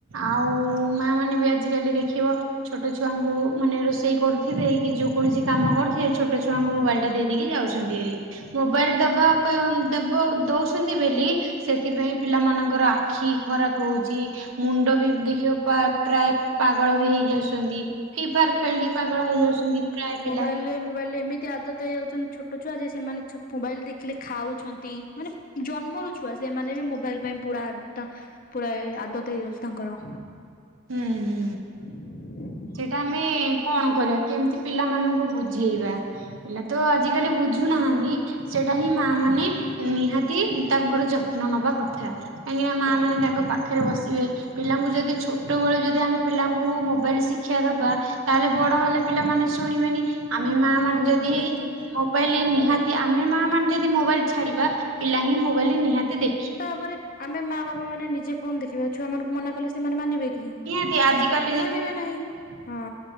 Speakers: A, on the right; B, on the left.
A: ଆଉ ମା ମାନେ ବି ଏ ଆଜି କାଲି ଦେଖିବ ଛୋଟ ଛୁଆଙ୍କୁ ମାନେ <unintelligible> ରୋଷେଇ କରୁଥିବେ କି ଯେକୌଣସି କାମ କରୁଥିବେ ଛୋଟ ଛୁଆଙ୍କୁ ମୋବାଇଲ୍ ଟା ଦେଇଦେଇକି ଯାଉଚନ୍ତି ଆରି। ମୋବାଇଲ୍ ଦବା <unintelligible> ଦେବ ଦଉଚନ୍ତି ବୋଲି ସେଥିପାଇଁ ପିଲା ମାନଙ୍କର ଆଖି ଖରାପ୍ ହଉଚି ମୁଣ୍ଡ ବି ଦେଖିବ ପା ପ୍ରାୟ ପାଗଳ ବି ହେଇଯାଉଚନ୍ତି ଫି ଫାୟାର୍ ଖେଳିକି ପାଗଳ ହେଇଯାଉଚନ୍ତି ପ୍ରାୟ ପି
B: ମୋବାଇଲିରେ-ମୋବାଇଲିରେ ଏମତି ଆଦତ୍ ହେଇଯାଉଚନ୍ତି <unintelligible> ଛୋଟ ଛୁଆ ଯେ ସେମାନେ <unintelligible> ମୋବାଇଲ୍ ଦେଖିଲେ ଖାଉଛନ୍ତି ମାନେ ଜନ୍ମରୁ ଛୁଆ ସେମାନେ ବି ମୋବାଇଲି ପାଇଁ ପୁରାତ ପୁରା ଆଦତ୍ ହେଇଯାଉଚି ତାଙ୍କର।
A: ହୁଁ।
B: <inaudible>
A: ସେଇଟା ଆମେ କଣ କରିବା କେମ୍ତି ପିଲାମାନଙ୍କୁ ବୁ ଝେଇବା ପିଲା ତ ଆଜିକାଲି ବୁଝୁନାହାଁନ୍ତି ସେଇଟା ହିଁ ମା ମାନେ ନିହାତି ତାଙ୍କର ଯତ୍ନ ନେବା କଥା କାହିଁକିନା ମା ମାନେ ତାଙ୍କ ପାଖରେ ବସିବେ ପିଲାଙ୍କୁ ଯଦି ଛୋଟବଳେ ଯଦି ଆମେ ପିଲାଙ୍କୁ ମୋବାଇଲି <unintelligible> ଶିକ୍ଷା ଦବା ତାହଲେ ବଡ ହେଲେ ପିଲାମାନେ ଶୁଣିବେନି। ଆମେ ମା
B: ହଁ
A: ମାନେ ଯଦି
B: ନିହାତି।
A: ମୋବାଇଲି ନିହା ତି ଆମେ ମା ମାନେ ଯଦି ମୋବାଇଲ୍ ଛାଡିବା, ପିଲା ହିଁ ମୋବାଇଲି ନିହାତି ଦେ
B: ତାପରେ ଆମେ ମା ବାପା ମାନେ ନିଜେ ଫୋନ୍ ଦେଖିବା ଛୁଆ ମାନଙ୍କୁ ମନା କଲେ ସେମାନେ ମାନିବେକି
A: ନିହାତି ଆଜିକାଲି
B: ମାନିବେ ନାହିଁ ହଁ।